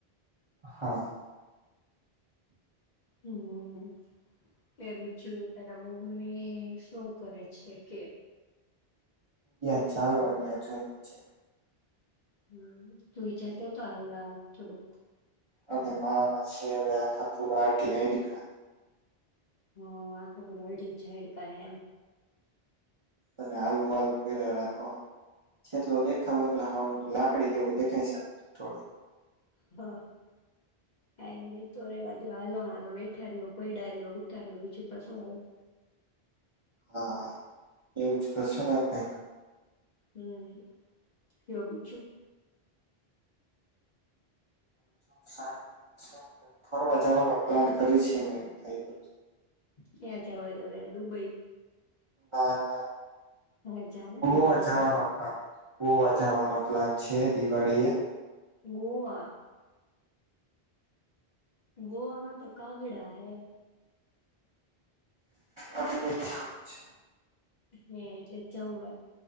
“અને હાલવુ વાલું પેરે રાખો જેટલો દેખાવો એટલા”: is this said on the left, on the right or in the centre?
Right